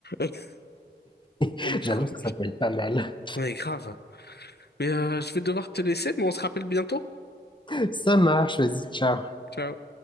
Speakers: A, on the left (about 65°); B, on the left (about 25°).
A: <laughs>
B: <laughs>
A: On me fera
B: J'avoue,
A: manger.
B: ça s'appelle pas mal.
A: Mais grave. Mais euh, je vais devoir te laisser, mais on se rappelle bientôt.
B: <laughs> Ça marche, vas-y, ciao.
A: Ciao.